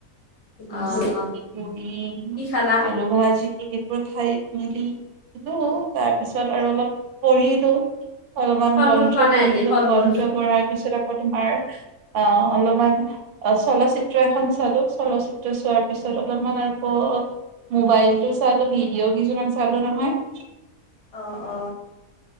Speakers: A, on the right; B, on the left.
A: <unintelligible>
B: অ অ কি খালা
A: আলু ভাজি খাই মেলি তাৰপিছত আৰু অলপ পঢ়িলো অলপমান
B: ফল
A: গন্ধ
B: মূল খোৱা নাই
A: পঢ়িলো
B: আজি ফল
A: গন্ধ
B: মূল
A: পঢ়াৰ পিছত আকৌ তোমাৰ আহ অলপমান চলচিত্ৰ এখন চালো চলচিত্ৰ চোৱাৰ পিছত অলপমান আকৌ মোবাইলটো চালো ভিডিঅ' কিছুমান চালো নহয়
B: অ অ